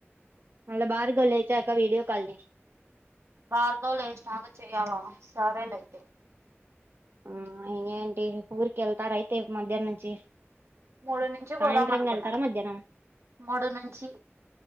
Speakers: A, on the right; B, on the right.
A: మళ్ళ భార్గవ్ లేచాక వీడియో కాల్ జెయ్
B: భార్గవ్ లేశ్నాక చేయాలా సరేలే ఐతే
A: ఆ ఇగేంటి ఊరికెళ్తారైతే మధ్యాహ్న నుంచి
B: మూడు నుంచి
A: సాయంత్రం
B: బోదామనుకున్నా
A: వెళ్తారా మధ్యాహ్నం
B: మూడు నుంచి